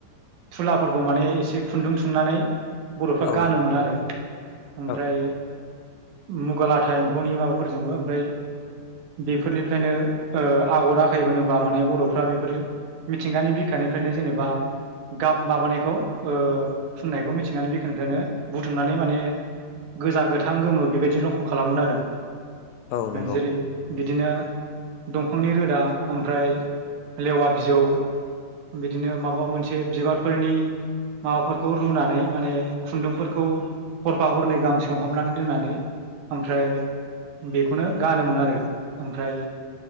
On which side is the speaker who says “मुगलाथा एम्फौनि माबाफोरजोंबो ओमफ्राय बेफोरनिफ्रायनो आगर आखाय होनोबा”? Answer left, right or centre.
Right